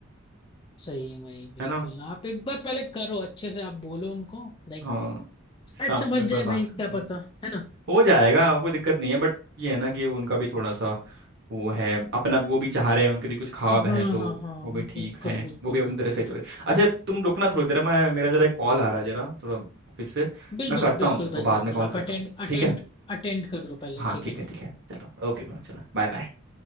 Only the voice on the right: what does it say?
है ना
हाँ
शाम को
मैं एक
बार बात
करता
हूँ
हो जाएगा कोई दिक्कत नहीं है बट ये है ना कि उनका भी थोड़ा सा वो है अपना वो भी चाह रहे हैं उनके भी कुछ ख्वाब
हैं तो
वो भी ठीक
हैं
वो भी अपनी
तरह से चले अच्छा तुम रुकना थोड़ी देर मैं मेरा जरा एक कॉल आ रहा है जरा थोड़ा ऑफिस से
मैं करता
हूँ तुमको
बाद
में कॉल
करता
हूँ
ठीक है
हाँ
ठीक
है ठीक है चलो ओके चलो बाय बाय